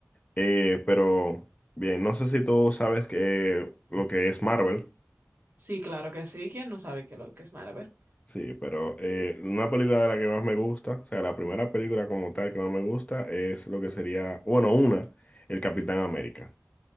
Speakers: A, on the left (about 25°); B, on the right (about 40°).
A: eh, pero, bien, no sé si tú sabes que, lo que es Marvel,
B: Sí, claro que sí. ¿Quién no sabe que lo que es Marvel?
A: sí, pero eh, una película de la que más me gusta, o sea, la primera película como tal que más me gusta es lo que sería, bueno, una, El Capitán América.